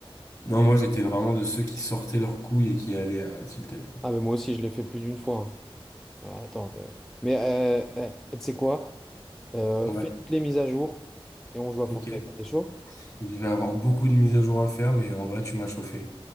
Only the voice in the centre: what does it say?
Ah, mais moi aussi, je l'ai fait plus d'une fois. hein. Ah, attends, euh, mais euh, eh, tu sais quoi? Euh,
fais toutes les mises à jour et on joue à Fortnite.
T'es chaud?